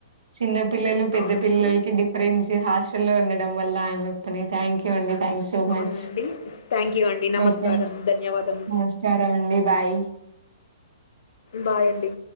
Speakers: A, on the right; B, on the left.
A: చిన్న పిల్లలు పెద్ద
B: అవునండి
A: పిల్లలకి డిఫరెన్స్ హాస్టల్లో లో ఉండడం వల్ల అని చెప్పి అని థాంక్యూ అండి థ్యాంక్ యూ సో మచ్
B: అండి థ్యాంక్ యూ అండి నమస్కారం
A: ఓకే.
B: ధన్యవాదము.
A: నమస్కారం అండి. బాయ్.
B: బై అండి.